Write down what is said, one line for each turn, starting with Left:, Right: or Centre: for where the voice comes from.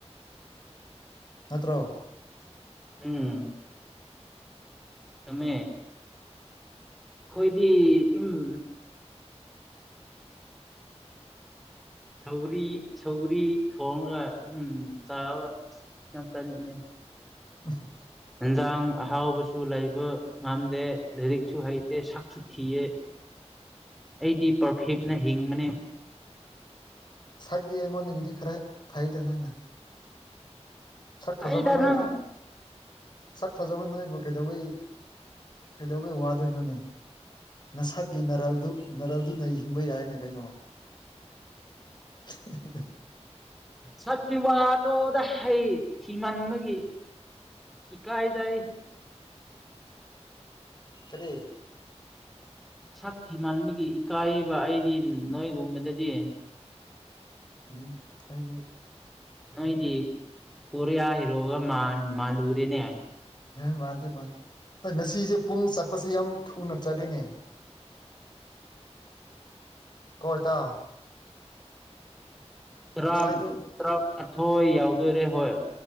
Left: ꯅꯠꯇ꯭ꯔꯣ
Centre: ꯎꯝ ꯆꯨꯝꯃꯦ ꯑꯈꯣꯏꯗꯤ ꯎꯝ ꯁꯧꯒ꯭ꯔꯤ ꯁꯧꯒ꯭ꯔꯤ ꯊꯣꯡꯒ ꯑꯗꯨꯝ ꯆꯥꯕ ꯉꯥꯛꯇꯅꯤꯅꯦ
Left: <inaudible>
Centre: ꯏꯟꯖꯥꯡ ꯑꯍꯥꯎꯕꯁꯨ ꯂꯩꯕ ꯉꯝꯗꯦ ꯂꯥꯏꯔꯤꯛꯁꯨ ꯍꯩꯇꯦ ꯁꯛꯁꯨ ꯊꯤꯌꯦ ꯑꯩꯗꯤ ꯄꯔꯐꯤꯝꯅ ꯍꯤꯡꯕꯅꯦ
Left: ꯁꯛꯗꯤ ꯑꯩꯉꯣꯟꯗꯒꯤꯗꯤ ꯈꯔ ꯐꯩꯗ ꯅꯪꯅ ꯁꯛ
Centre: ꯍꯩꯗ
Left: ꯐꯖꯕ ꯅꯣꯏ
Centre: ꯅꯪ
Left: ꯁꯛ ꯐꯖꯕ ꯅꯣꯏꯕꯨ ꯀꯩꯗꯧꯋꯤ ꯀꯩꯗꯧꯕꯩ ꯋꯥꯗꯣꯏꯅꯣꯅꯦ ꯅꯁꯛꯀꯤ ꯅꯔꯜꯗꯨ ꯅꯔꯜꯗꯨꯅ ꯍꯤꯡꯕ ꯌꯥꯏꯅꯦ ꯀꯩꯅꯣ <unintelligible>
Centre: ꯁꯛꯀꯤ ꯋꯥꯇꯣꯛꯑꯗ ꯑꯩ ꯊꯤꯃꯟꯕꯒꯤ ꯏꯀꯥꯏ ꯖꯩ
Left: ꯀꯔꯤ
Centre: ꯁꯥꯛ ꯊꯤꯃꯟꯕꯒꯤ ꯏꯀꯥꯏꯕ ꯑꯩꯗꯤ ꯅꯣꯏꯒꯨꯝꯕꯗꯗꯤ
Left: ꯎꯝ ꯑꯩꯗꯤ
Centre: ꯅꯣꯏꯗꯤ ꯀꯣꯔꯤꯌꯥ ꯍꯤꯔꯣꯒ ꯃꯥꯟ ꯃꯥꯜꯂꯨꯔꯦꯅꯦ
Left: ꯑꯦ ꯃꯥꯟꯗꯦ ꯕꯥꯏ ꯑꯦ ꯉꯁꯤꯁꯦ ꯄꯨꯡ ꯆꯠꯄꯁꯦ ꯌꯥꯝ ꯊꯨꯅ ꯆꯠꯂꯤꯅꯦ ꯀꯣ ꯏꯇꯥꯎ
Centre: ꯇ꯭ꯥꯔꯝ
Left: ꯉꯁꯥꯏꯗꯣ
Centre: ꯇ꯭ꯥꯔ ꯑꯊꯣꯏ ꯌꯥꯎꯗꯣꯔꯦ ꯍꯣꯏ